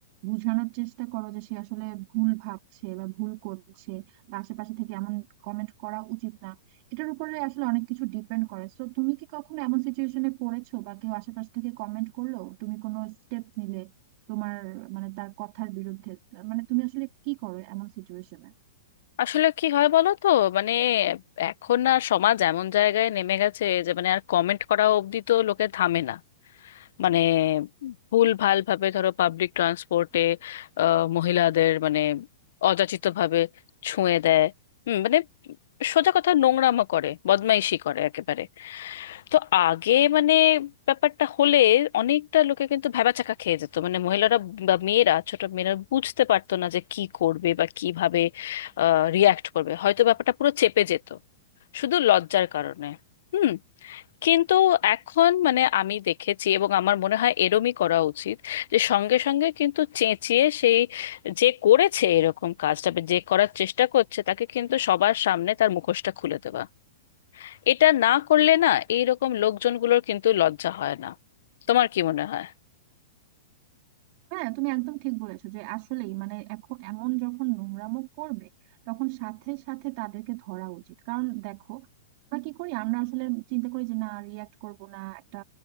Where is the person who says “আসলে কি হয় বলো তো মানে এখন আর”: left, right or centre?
Left